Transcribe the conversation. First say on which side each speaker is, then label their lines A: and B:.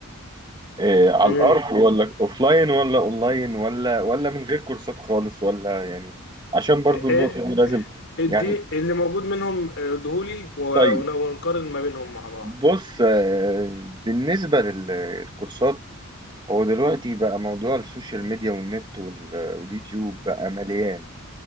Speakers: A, on the right; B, on the left.
A: أه على
B: امم
A: الارض ولا اوفلاين ولا اونلاين ولا ولا من غير كورسات خالص ولا يعني عشان برضو
B: إيه-
A: النقطه دي لازم
B: ادي
A: يعني
B: اللي موجود منهم ادهولي و-
A: طيب
B: ون- ونقارن ما بينهم مع بعض
A: بص أه بالنسبه للكورسات هو دلوقتي بقى موضوع السوشيال ميديا والنت وال- واليوتيوب بقى مليان